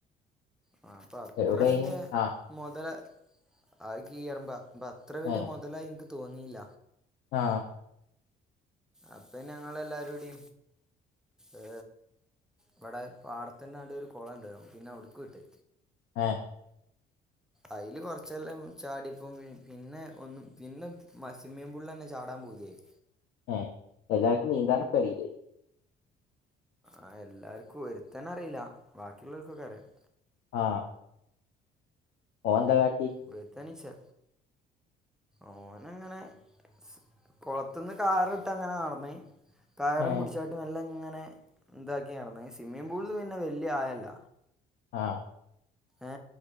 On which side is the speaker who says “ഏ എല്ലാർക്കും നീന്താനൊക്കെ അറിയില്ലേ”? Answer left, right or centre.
Left